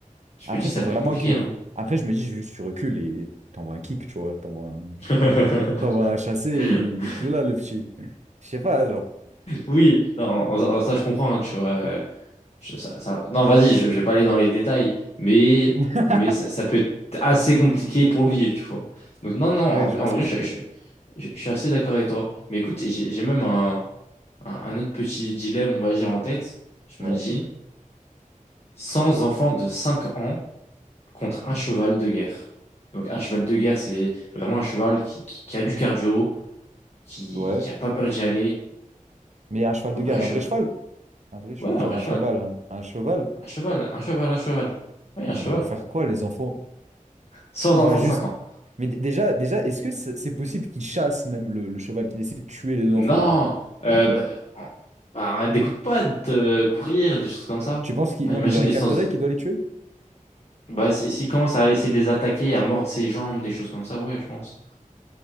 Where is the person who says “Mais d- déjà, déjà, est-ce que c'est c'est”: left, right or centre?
Right